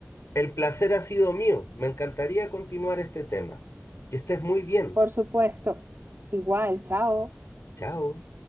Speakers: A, on the left; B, on the right.
A: el placer ha sido mío. Me encantaría continuar este tema. Que estés muy bien.
B: Por supuesto. Igual, chao.
A: Chao.